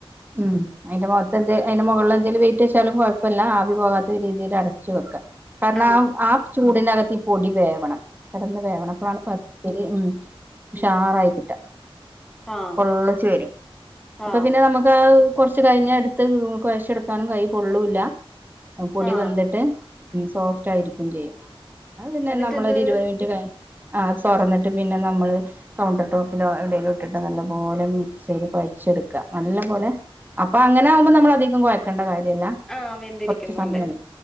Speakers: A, on the right (about 20°); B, in the centre.
A: ഉം അയ്ന്റെ മുഖത്തെ എന്ത് അതിന്റെ മുകളിൽ എന്തേലും വെയിറ്റ് വെച്ചാലും കൊഴപ് പ്പല്ലാ ആവി പോകാത്ത രീതിയിൽ അടച്ചു വെക്കുക കാരണം
B: ആഹ്
A: ആ ചൂടിന്റെ അകത്ത് ഈ പൊടി വേവണം കിടന്ന് വേവണം അപ്പോഴാണ് പത്തിരി ഉം ഉഷാറായി
B: ഉം
A: കിട്ട
B: ആഹ്
A: പൊള്ളച്ച് വരും അപ്പൊ
B: ആഹ്
A: പിന്നെ നമുക്ക് ആഹ് കൊർച്ച് കഴിഞ്ഞ് എടുത്ത് കുഴച്ചെടുക്കാനും കൈ പൊള്ളൂല്ല പൊടി
B: ആഹ്
A: വെന്ത്ട്ട് ഉം സോഫ്റ്റ് ആയിരിക്കും ചെയ്യും അത് പിന്നെ
B: എന്നിട്ട്
A: നമ്മളരു
B: എന്തോ ഇത്
A: ഇരുപത് മിനിറ്റ് കഴി ആ തൊറന്നിട്ട് പിന്നെ നമ്മള് കൗണ്ടർ ടോപ്പിലോ എവിടേലും ഇട്ടിട്ട് നല്ല പോലെ മിക്സ് ചെയ്ത് കൊഴച്ചെടുക്ക നല്ല പോലെ അപ്പ അങ്ങനെ ആകുമ്പോ നമ്മള് അധികം കൊയ്ക്കണ്ട കാര്യല്ല
B: ആഹ് വെന്തിരിക്കുന്നുണ്ട്
A: കൊർച്ച് സമയം